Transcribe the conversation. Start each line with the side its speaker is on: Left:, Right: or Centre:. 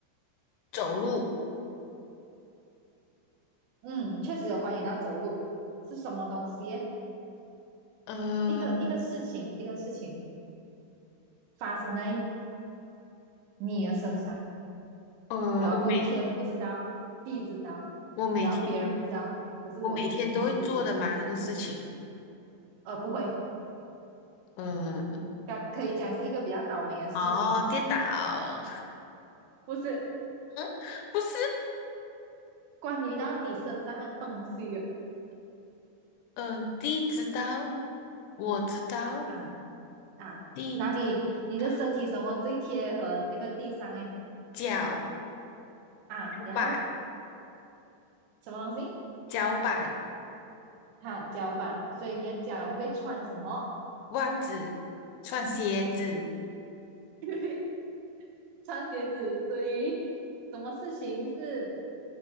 Left: 走路？
Right: 嗯，确实有关于到走路是什么东西耶
Left: 呃
Right: 一个一个事情，一个事情发生在你的身上，
Left: 呃，
Right: 然后过后天不知道，
Left: 我每
Right: 地知道，
Left: 我每天
Right: 然后别人不知道，可是我知你自己知道。
Left: 我每天都会做的嘛，这个事情。
Right: 呃，不会，
Left: 呃，
Right: 刚可以讲是一个比较倒霉的事情，
Left: 哦，跌倒，
Right: 不是
Left: <laughs> 不是，
Right: 关于到你身上的东西了
Left: 嗯、呃地知道，我知道，
Right: 啊啊，
Left: 地知
Right: 哪里你的身体什么最贴合这个地上哎
Left: 道，脚
Right: 啊，然后
Left: 板，
Right: 什么东西
Left: 脚板，
Right: 哈、脚板，所以你的脚会穿什么？
Left: 袜子，穿鞋子，
Right: <laughs> 穿鞋子，所以什么事情是